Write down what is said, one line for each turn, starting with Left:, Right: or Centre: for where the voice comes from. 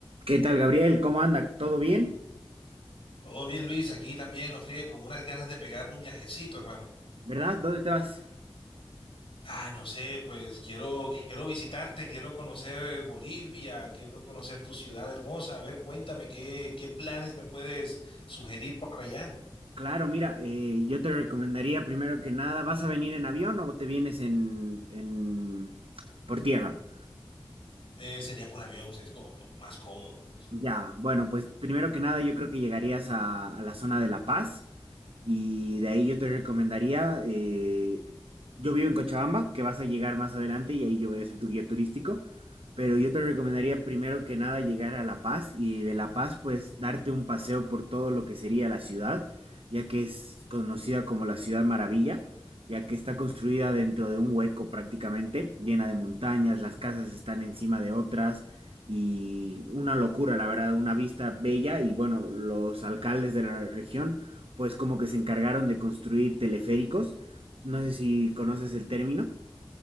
Right: ¿Qué tal, Gabriel? ¿Cómo anda? ¿Todo bien?
Left: Todo bien, Luis, aquí también, no friegue, con unas ganas de pegarme un viajecito, hermano.
Right: ¿Verdad? ¿Dónde te vas?
Left: Ah, no sé, pues quiero, quiero visitarte, quiero conocer Bolivia, quiero conocer tu ciudad hermosa. A ver, cuéntame, ¿qué, qué planes me puedes sugerir para allá?
Right: Claro, mira, eh, yo te recomendaría primero que nada, ¿vas a venir en avión o te vienes en, en- por tierra?
Left: Eh, sería por avión, es como más cómodo.
Right: Ya, bueno, pues primero que nada yo creo que llegarías a, a la zona de La Paz Y de ahí yo te recomendaría, eh, yo vivo en Cochabamba, que vas a llegar más adelante y ahí yo voy a ser tu guía turístico, pero yo te recomendaría primero que nada llegar a La Paz y de La Paz pues darte un paseo por todo lo que sería la ciudad, ya que es conocida como la Ciudad Maravilla, ya que está construida dentro de un hueco prácticamente, llena de montañas, las casas están encima de otras y una locura, la verdad, una vista bella y bueno, los alcaldes de la región pues como que se encargaron de construir teleféricos, no sé si conoces el término,